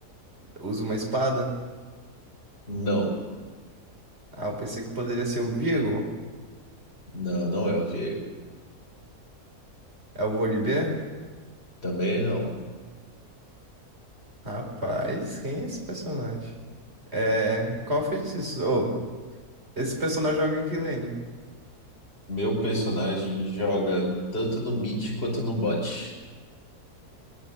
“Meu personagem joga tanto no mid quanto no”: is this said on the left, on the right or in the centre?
Left